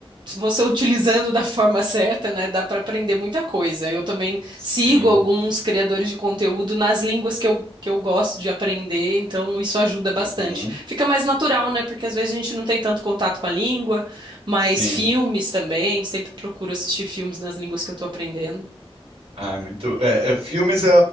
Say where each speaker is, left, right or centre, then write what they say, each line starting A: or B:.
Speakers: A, on the right; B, on the right.
A: você utilizando da forma certa, né, dá para aprender muita coisa. Eu também
B: Sim.
A: sigo alguns criadores de conteúdo nas línguas que eu, que eu gosto de aprender, então isso ajuda bastante.
B: Uhum.
A: Fica mais natural, né, porque às vezes a gente não tem tanto contato com a língua, mas
B: Sim.
A: filmes também, sempre procuro assistir filmes nas línguas que eu estou aprendendo.
B: Ah, é muito. É, é, filmes é,